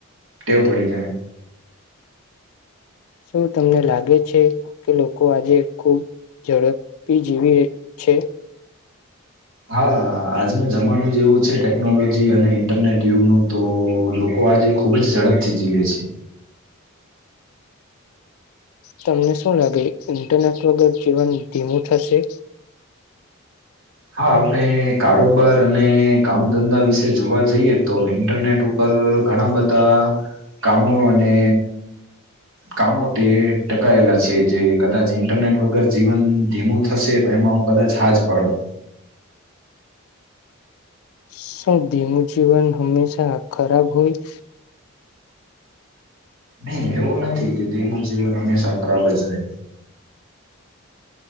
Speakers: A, on the right; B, on the left.
A: ટેવ પડી જાય
B: શું તમને લાગે છે કે લોકો આજે ખૂબ ઝડપી જીવે છે
A: હા આજનો જમાનો જ એવો છે ટેકનોલોજી અને ઇન્ટરનેટ યુગનું તો લોકો આજે ખુબ જ ઝડપથી જીવે છે
B: તમને શું લાગે ઇન્ટરનેટ વગર જીવન ધીમું થશે
A: હા આપણે કારોબાર અને કામ ધંધા વિશે જોવા જઈએ તો ઇન્ટરનેટ ઉપર ઘણા બધા કામો અને કામો તે ટકાયેલા છે જે કદાચ ઇન્ટરનેટ વગર જીવન ધીમું થશે તો એમાં હું કદાચ હાજ પાડું
B: શું ધીમું જીવન હંમેશા ખરાબ હોય
A: નહી એવું નથી કે ધીમું જીવન હમેશા ખરાબ જ રે